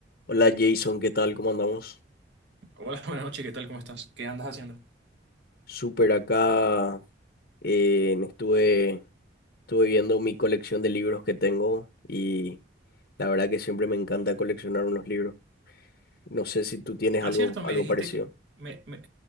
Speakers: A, on the left; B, on the right.
A: Hola Jason, ¿qué tal? ¿Cómo andamos?
B: Hola, <laughs> buenas noches, ¿qué tal? ¿Cómo estás? ¿Qué andas haciendo?
A: Súper acá. eh, estuve, estuve viendo mi colección de libros que tengo y la verdad que siempre me encanta coleccionar unos libros. No sé si tú tienes
B: Ah,
A: algo,
B: cierto, me
A: algo
B: dijiste
A: parecido.
B: que... Me, me-